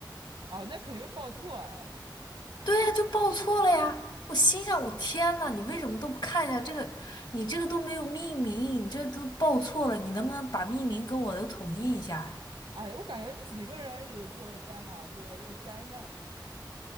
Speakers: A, on the right; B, on the left.
A: 啊，那肯定会报错啊，
B: 对呀，就报错了呀。我心想，我天呐，你为什么都不看一下这个？你这个都没有命名，你这都报错了，你能不能把命名跟我的统一一下呀？
A: 哎，我感觉几个人一起做代码作业就是灾难，我跟你说，